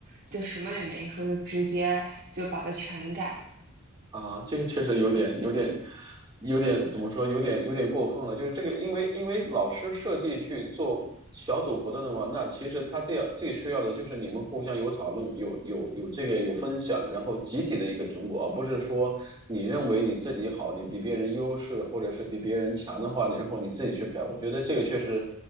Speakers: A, on the right; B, on the right.
A: 就什么也没说就直接就把它全改了，
B: 啊，这个确实有点、有点、有点怎么说？有点、有点过分了。就是这个，因为因为老师设计去做小组活动的话，那其实他这样最需要的就是你们互相有讨论、有有有这个有分享，然后集体的一个成果，而不是说你认为你自己好，你比别人优势，或者是比别人强的话，你然后你自己去改。我觉得这个确实